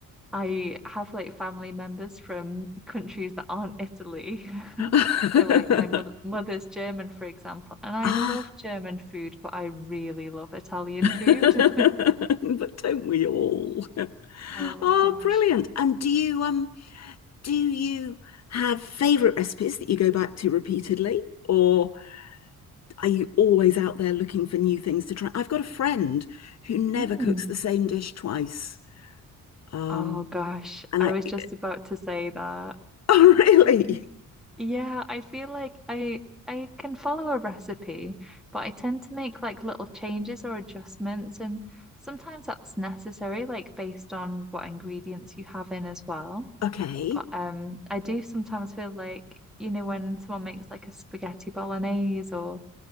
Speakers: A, in the centre; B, on the left.
A: I have like family members from countries that aren't Italy. <laughs>
B: <laughs>
A: So like my mother mother's German, for example, and I
B: Ah.
A: love German food, but I really love Italian
B: <laughs>
A: food.
B: But
A: <laughs>
B: don't we all?
A: Oh
B: Oh,
A: gosh.
B: brilliant. And do you um do you have favorite recipes that you go back to repeatedly or Are you always out there looking for new things to try? I've got a friend who never
A: Mm.
B: cooks the same dish twice. Um,
A: Oh gosh,
B: and
A: I
B: I,
A: was just
B: <laughs>
A: about to say that.
B: oh, really?
A: I think. Yeah, I feel like I I can follow a recipe, but I tend to make like little changes or adjustments, and sometimes that's necessary, like based on what ingredients you have in as well.
B: Okay.
A: But um, I do sometimes feel like, you know, when someone makes like a spaghetti bolognese or,